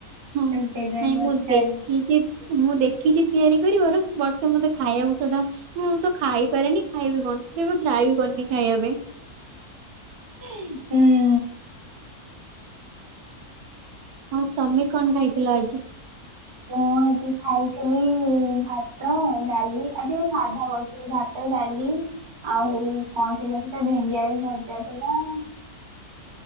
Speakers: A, on the right; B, on the right.
A: ହଁ
B: ତ ସେଇଥିପାଇଁ
A: ନାଇଁ
B: ପଚାରିଲି।
A: ମୁଁ ଦେଖିଛି। ମୁଁ ଦେଖିଛି ତିଆରି କରିବାର ବର୍େ ମତେ ଖାଇବାକୁ ସେଟା। ମୁଁ ତ ଖାଇପାରେନି ଖାଇବି କଣ। ମୁଁ କେବେ ଟ୍ରାଏ ବି କରିନି ଖାଇବା ପାଇଁ।
B: ହୁଁ।
A: ହଁ ତମେ କଣ ଖାଇଥିଲ ଆଜି?
B: ମୁଁ ଆଜି ଖାଇଥିଲି ଭାତ, ଡାଲି ଆଜି ପା ସାଧା କରିଥିଲି ଭାତ, ଡାଲି। ଆଉ କଣ ଥିଲା ସେଟା ଭେଣ୍ଡି ଆଳୁ ଭଜା ଥିଲା।